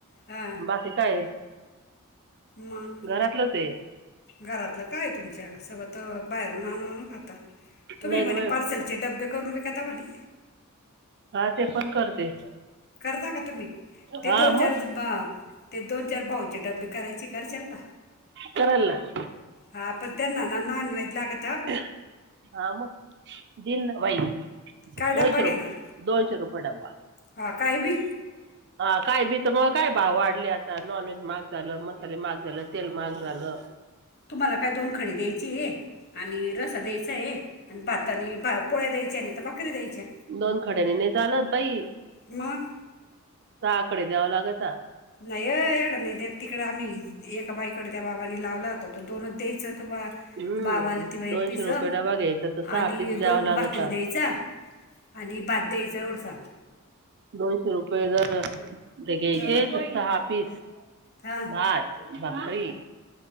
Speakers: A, on the left; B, on the right.
A: हा
B: बाकी ते काय ये
A: मग
B: घरातलं ते
A: घरातलं काय ये तुमच्या सगळं, तर बाहेरून आणू आणू खाता. तुम्ही
B: नाही
A: म्हणे
B: ग बाई
A: पार्सलचे डबे करून विकता म्हणे?
B: हा, ते पण करते.
A: करता का, तुम्ही ते
B: हा
A: दोन
B: मग
A: चार ते दोन चार भाऊंचे डब्बे करायची करच्याल का?
B: करल ना.
A: हा, पण त्यांना ना नॉनव्हेज लागतं.
B: हा, मग दिल ना बाई
A: काय
B: दोनशे
A: डब्बा घेणार
B: रुप दोनशे रूपये डब्बा.
A: हा, काही बी
B: हा काय बी, तर मग काय भाव वाढले, आता नॉनव्हेज महाग झालं मसाले महाग झालं, तेल महाग झालं.
A: तुम्हाला काय दोन कडी द्यायची आहे. आणि रस्सा द्यायचा आहे, आणि भात आणि पोळ्या द्यायच्या नाही, तर भाकरी द्यायच्या.
B: दोन कड्यान नाही चालत बाई.
A: म
B: सहा कडी द्यावं लागतं.
A: नाही यं एवढं नाही देेत इकडे आम्ही एका बाईकडे त्या बाबानी लावला होता, तो दोनच द्यायच तव्हा.
B: हम्म
A: बाबाला ति बाई
B: दोनशे
A: पिस
B: रुपये डबा घ्यायचा तर सहा
A: आणि
B: पीस द्यावा
A: दोन
B: लागत
A: भाकरी
B: आ.
A: द्यायचा. आणि भात द्यायचा एवडूसा.
B: दोनशे रुपये जर ते घ्यायचे,
A: अ हां
B: तर सहा पीस
A: हां
B: भात, भाकरी